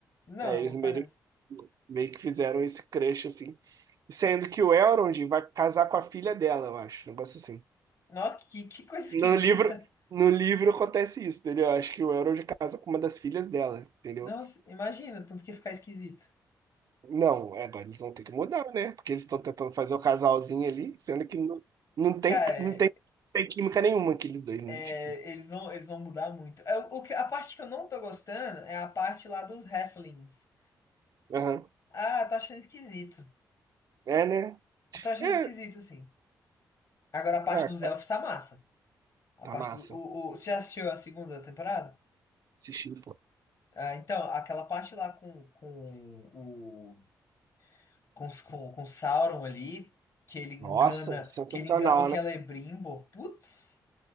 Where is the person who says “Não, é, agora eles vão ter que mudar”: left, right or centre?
Right